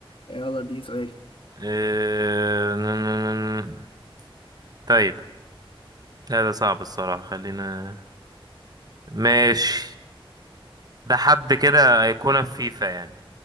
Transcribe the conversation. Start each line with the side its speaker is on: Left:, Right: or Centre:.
Left: يلا دي سؤالي
Right: إيه... ن- ن- ن- طيب لا ده صعب الصراحة خلينا ماشي ده حد كده أيقونة في فيفا يعني